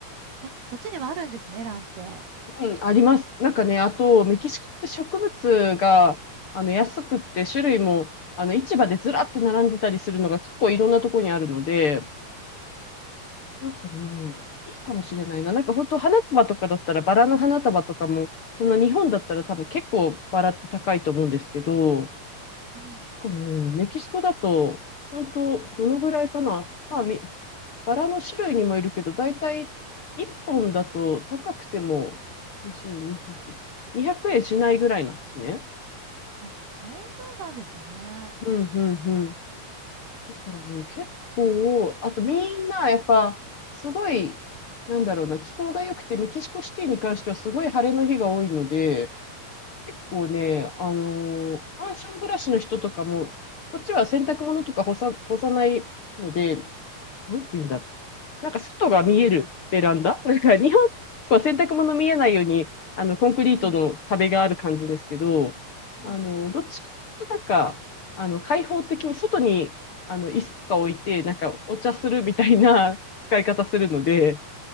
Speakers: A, on the right (about 75°); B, on the left (about 55°).
A: あ、そっちにはあるんですね、ランって。
B: うん、あります。なんかね、あと、メキシコって植物が、あの、安くって、種類も、あの、市場でずらって並んでたりするのが結構いろんなとこにあるので、なんかね、いいかもしれないな。なんか本当花束とかだったら、バラの花束とかも、そんな日本だったら多分結構バラって高いと思うんですけど、
A: うん。
B: なんかね、メキシコだと、本当どのぐらいかな。まあ、みバラの種類にもいるけど、だいたい1本だと高くても22、8、200円しないぐらいなんですね。
A: あ、そんなんなんですね。
B: うん、うん、うん。だからね、結構、あとみんなやっぱ、すごい、なんだろうな、気候が良くて、メキシコシティに関してはすごい晴れの日が多いので、結構ね、あのーマンション暮らしの人とかも、こっちは洗濯物とか干さ、干さないので、なんていうんだろなんか外が見えるベランダ
A: うん、
B: <laughs> なんか日本は洗濯物見えないように、あの、コンクリートの壁がある感じですけど、
A: ええ。うん。
B: あの、どっちかとなんか、あの、開放的に外に、あの、椅子とか置いて、なんかお茶するみたいな <laughs> 使い方するので、